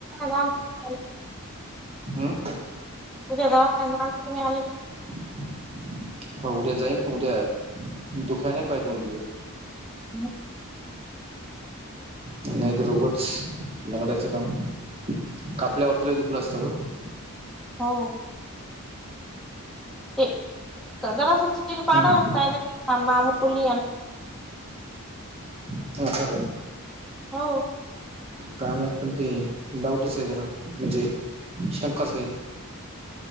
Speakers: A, in the centre; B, on the right.
A: जा तुम्ही
B: हम्म
A: उद्या म आलं क
B: <inaudible> होा उद्या जाईन प उद्या दुखाय नाही पाहत म ते
A: ह
B: नाही तर रोगंच लकडायचं काम कापल्यावरतला दुखलं असतं ग
A: हो ते कदर अस चिर पाडाल
B: हम्म
A: काय नाही मामली
B: अच्छा का
A: हो
B: काय माहीत पण ते डाऊटच आहे जरा म्हणजे शंकाच आहे.